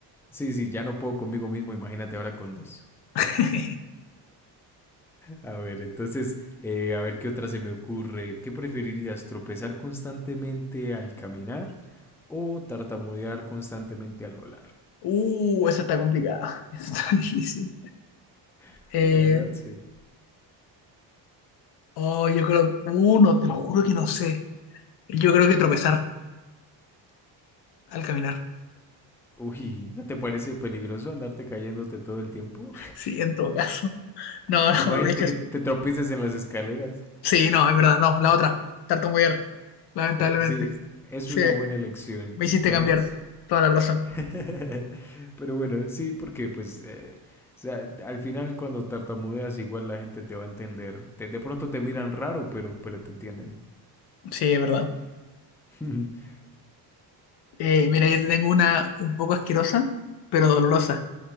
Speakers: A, in the centre; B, on the left.
A: Sí, sí, ya no puedo conmigo mismo, imagínate ahora con dos.
B: <laughs>
A: A ver, entonces, eh, a ver qué otra se me ocurre. ¿Qué preferirías, tropezar constantemente al caminar o tartamudear constantemente al hablar?
B: Uh, esa está complicada. <laughs> Esa Está difícil.
A: Eh,
B: Eh,
A: La verdad, sí.
B: oh, yo creo, uno te lo juro que no sé. Yo creo que tropezar al caminar.
A: Uy, ¿no te parece peligroso andarte cayéndote todo el tiempo?
B: Sí, en todo caso. No,
A: <laughs>
B: <laughs> no,
A: Imagínate
B: de hecho,
A: que te tropieces en las escaleras.
B: sí, no, es verdad, no, la otra, tartamudear, lamentablemente.
A: Sí, es
B: Sí,
A: una buena elección,
B: me hiciste
A: ¿sabes?
B: cambiar toda la razón.
A: <laughs> Pero bueno, sí, porque pues, eh, o sea, al final cuando tartamudeas igual la gente te va a entender. Te- de pronto te miran raro, pero, pero te entienden.
B: Sí, es verdad.
A: <laughs>
B: Eh, mira, yo te tengo una un poco asquerosa, pero dolorosa.